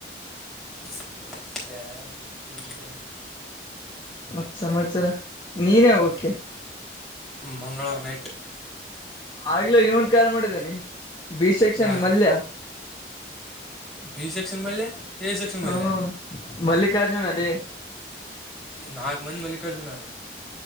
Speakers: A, in the centre; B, on the left (about 25°).
A: ಮ ಸೆ ಕೇಂದ್ರ
B: ಮತ್ತ್ ಸಮಾಚಾರ ನೀನೇ ಹೋಗಕೆ
A: ಮಂಗಳವಾರ ನೈಟ್
B: ಆಗ್ಲೇ ಇವನ್ ಕಾಲ್ ಮಾಡಿದ್ದೇಾನನೆ ಬಿ ಸೆಕ್ಷನ್
A: ಯಾರು
B: ಮಲ್ಯ
A: ಬಿ ಸೆಕ್ಷನ್ ಮಲೆೆ ಎ ಸೆಕ್ಷನ್
B: ಹ್ಮ
A: ಮಲೆ
B: ಮಲ್ಲಿಕಾರ್ಜುನ್ ಅಲ್ಲಿ
A: ನಾಗ ಮಂದಿ ಮಲ್ಲಿಕಾರ್ಜುನರ